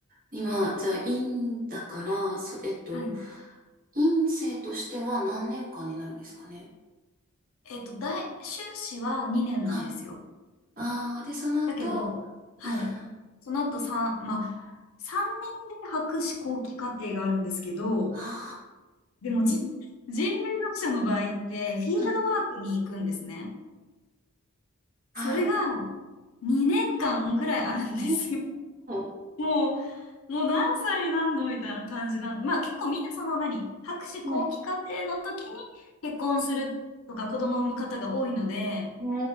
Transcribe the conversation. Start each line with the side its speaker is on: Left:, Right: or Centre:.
Right: 今、じゃあ、院だから、そ、えっと、
Left: はい。
Right: 院生としては何年間になるんですかね。
Left: えっと、大、修士は2年なんですよ。
Right: はい。ああ、で、その後、
Left: だけど、はい。
Right: うん。あ
Left: その後3、まあ、年で博士後期課程があるんですけど、
Right: あ、
Left: でも人、人類学者の場合って、フィールドワークに行くんですね。
Right: はい。はい。
Left: それが2年間ぐらいあるんですよ。
Right: おー。
Left: もう、もう何歳になんのみたいな感じなん。まあ結構みんなその何博士後期課程の時に結婚するとか子供を産む方が多いので、
Right: はい。ね